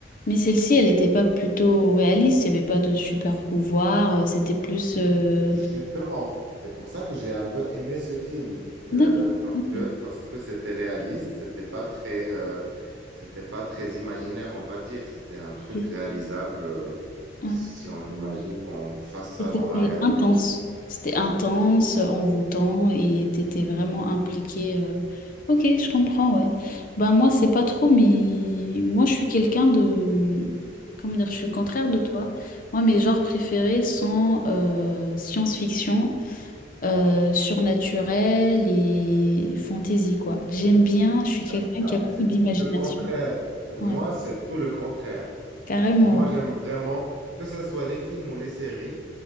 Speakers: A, on the left; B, on the right.
A: Mais celle-ci, elle n'était pas plutôt réaliste, il n'y avait pas de super pouvoir, euh, c'était plus euh,
B: Justement, c'est pour ça que j'ai un peu aimé ce film
A: D'accord,
B: euh, parce
A: ok.
B: que parce que c'était réaliste, c'était pas très euh, c'était pas très imaginaire, on va dire, c'était un truc
A: ok.
B: réalisable euh,
A: Ouais.
B: si on imagine qu'on fasse ça
A: Et c'était
B: dans la réalité.
A: intense. C'était intense, envoûtant et t'étais vraiment impliqué. euh, Ok, je comprends, ouais. Ben moi, c'est pas trop, mais moi, je suis quelqu'un de... hmm, Comment dire, je suis contraire de toi. Moi, mes genres préférés sont euh, science-fiction, euh, surnaturel et fantasy, quoi. J'aime bien, je suis quelqu'un
B: Ah, bizarre,
A: qui
B: mais
A: a beaucoup
B: c'est
A: d'imagination.
B: tout le contraire. Moi,
A: Ouais,
B: c'est tout le contraire.
A: carrément,
B: Moi,
A: ouais.
B: j'aime vraiment que ce soit les films ou les séries,